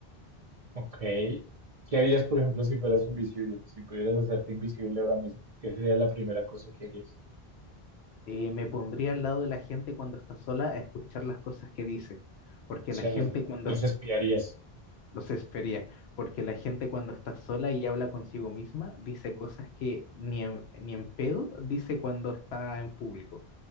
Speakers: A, on the right; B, on the left.
A: Ok. ¿Qué harías, por ejemplo, si fueras invisible? Si pudieras hacerte invisible ahora mismo, ¿qué sería la primera cosa que harías?
B: eh, me pondría al lado de la gente cuando está sola a escuchar las cosas que dice, porque
A: O sea,
B: la gente
A: los,
B: cuando
A: los espiarías.
B: los espería, porque la gente cuando está sola y habla consigo misma dice cosas que ni en, ni en pedo dice cuando está en público.